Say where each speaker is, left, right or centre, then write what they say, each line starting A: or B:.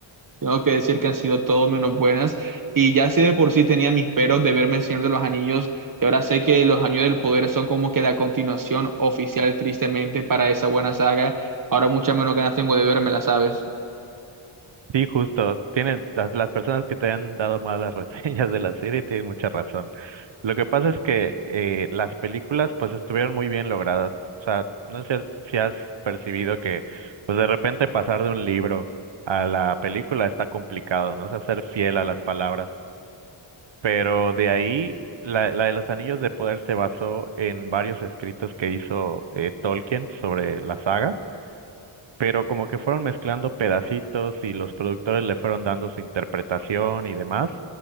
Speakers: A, on the right (about 40°); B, on the right (about 60°).
A: tengo que decir que han sido todo menos buenas. Y ya sé de por sí tenía mis peros de verme el Señor de los Anillos. Y ahora sé que los Anillos del Poder son como que la continuación oficial, tristemente, para esa buena saga. Ahora muchas menos ganas tengo de verme, ¿la ¿sabes?
B: Sí, justo. Tienen las, las personas que te han dado malas <laughs> reseñas de la serie tienen mucha razón. Lo que pasa es que eh, las películas pues estuvieron muy bien logradas. O sea, no sé si has percibido que pues de repente pasar de un libro a la película está complicado, ¿no? O sea, ser fiel a las palabras. Pero de ahí, la, la de los Anillos de Poder se basó en varios escritos que hizo eh, Tolkien sobre la saga pero como que fueron mezclando pedacitos y los productores le fueron dando su interpretación y demás,